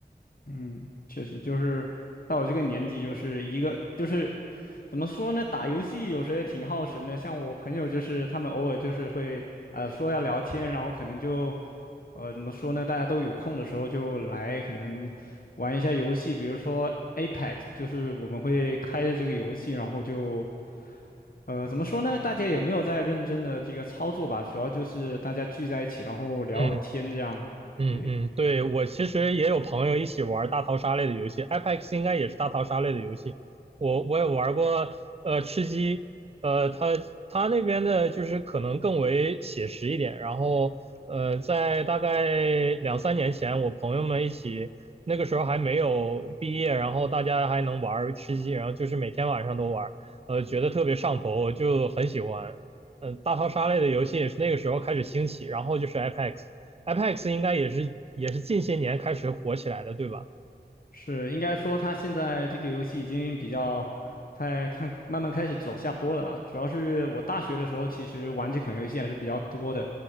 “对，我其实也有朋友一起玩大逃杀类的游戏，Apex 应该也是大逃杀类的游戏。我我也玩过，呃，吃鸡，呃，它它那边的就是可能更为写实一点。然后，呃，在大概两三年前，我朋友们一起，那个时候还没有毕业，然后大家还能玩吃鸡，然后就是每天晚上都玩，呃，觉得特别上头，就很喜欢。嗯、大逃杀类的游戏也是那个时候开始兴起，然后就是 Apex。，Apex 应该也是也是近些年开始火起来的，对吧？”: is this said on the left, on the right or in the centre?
Right